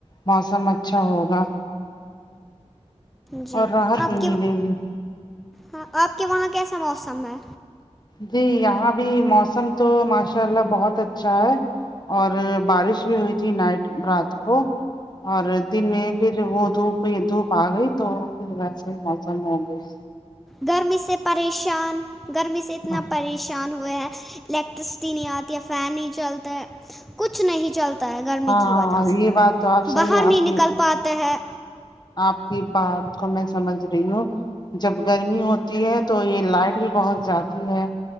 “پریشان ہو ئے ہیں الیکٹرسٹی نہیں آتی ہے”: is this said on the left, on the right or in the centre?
Centre